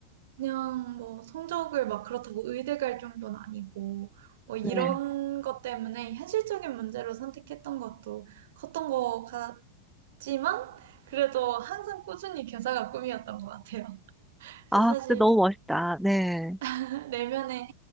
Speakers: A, on the right (about 55°); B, in the centre.
A: 그냥 뭐 성적을 막 그렇다고 의대 갈 정도는 아니고 뭐 이런
B: 네.
A: 것 때문에 현실적인 문제로 선택했던 것도 컸던 것 같지만 그래도 항상 꾸준히 교사가 꿈이었던 것 같아요.
B: 아,
A: 그래서 사실
B: 근데 너무 멋있다. 네.
A: <laughs> 내면에